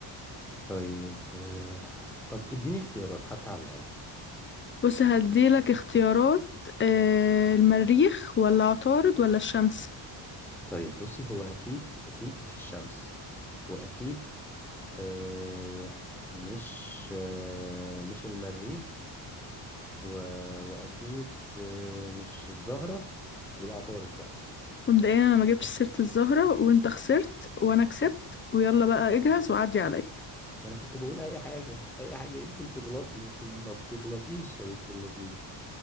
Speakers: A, in the centre; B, on the left (about 25°).
A: طيب آه طب اديني اختيارات حتى على الاقل
B: بص هديلك اختيارات آه، المريخ ولا عطارد ولا الشمس
A: طيب بصي هو اكيد اكيد مش الشمس واكيد آه مش آه مش المريخ و... واكيد آه مش الزهرة يبقى عطارد بقى
B: مبدئيا انا ما جبتش سيرة الزهرة وانت خسرت وانا كسبت ويلا بقى اجهز وعدي عليا
A: ما انا كنت بقول اي حاجه اي حاجه يمكن تغلطي لكن ما بتغلطيش يا بنت اللذين